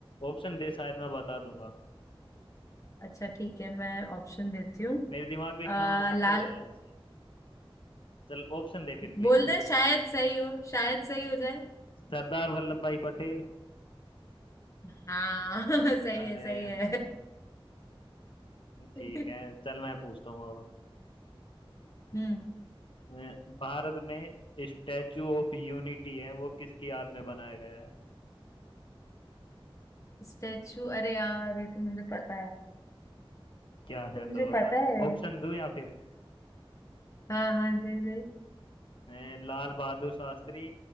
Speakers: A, on the left; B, on the left.
A: ऑप्शन दे शायद मैं बता दूंगा
B: अच्छा ठीक है मैं ऑप्शन देती हूँ
A: मेरे दिमाग में
B: अ,
A: एक नाम आ
B: लाल
A: तो रहा है ऐसे चल ऑप्शन दे फिर भी
B: बोल दे शायद सही हो शायद सही हो जाए
A: सरदार वल्लभ भाई पटेल
B: हाँ <laughs> सही
A: अरे
B: है सही है <laughs>
A: ठीक है चल मैं पूछता हूँ अब
B: हम्म
A: अ, भारत में स्टैचू ऑफ यूनिटी है वो किसकी याद में बनाया गया है
B: स्टैचू अरे यार ये तो मुझे पता है
A: क्या है
B: तो मुझे
A: तो बता
B: पता है
A: ऑप्शन दूं या फिर
B: हाँ हाँ दे दे
A: अ, लाल बहादुर शास्त्री